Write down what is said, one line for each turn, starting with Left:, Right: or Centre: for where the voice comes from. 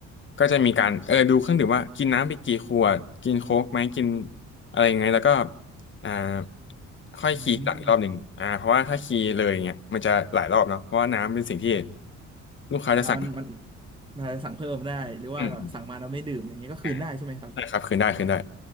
Left: ก็จะมีการเออดูเครื่องดื่มว่ากินน้ำไปกี่ขวดกินโค้กไหมกินอะไรยังไงแล้วก็อ่าค่อยคีย์หลังอีกรอบหนึ่งอ่าเพราะว่าถ้าคีย์เลยเงี้ยมันจะหลายรอบเนาะเพราะว่าน้ำเป็นสิ่งที่
Right: อืม
Left: ลูกค้าจะสั่ง
Right: อ่ามันมันมันอาจจะสั่งเพิ่มได้หรือว่าแบบสั่งมาแล้วไม่ดื่มอย่างเงี้ยก็คืนได้ใช่ไหมครับ
Left: อืมอมอ่าใช่ครับคืนได้คืนได้